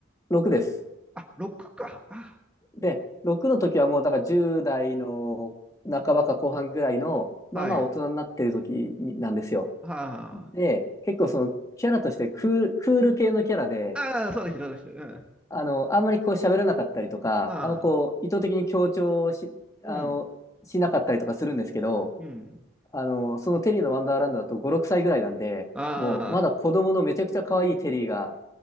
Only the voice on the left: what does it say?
6です。
で、6の時はもうだから10代の半ばか後半ぐらいの、
まあまあ大人になってる時になんですよ。
うんで、結構そのキャラとしてクール、クール系のキャラで、
あの、あんまりこう喋らなかったりとか、
あんまこう意図的に強調し、
あの、しなかったりとかするんですけど、
あの、そのテリーのワンダーランドだと5、6歳ぐらいなんで、
もうまだ子供のめちゃくちゃ可愛いテリーが、